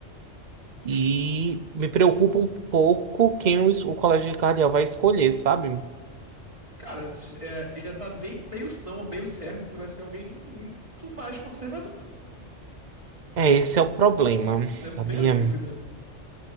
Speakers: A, on the right (about 40°); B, on the right (about 25°).
A: E me preocupa um pouco quem o, es- o colégio cardeal vai escolher, sabe?
B: Cara, é, já tá bem meio, não, meio certo que vai ser alguém muito mais conservador.
A: É, esse é o problema,
B: Você
A: sabia?
B: não tem a dúvida.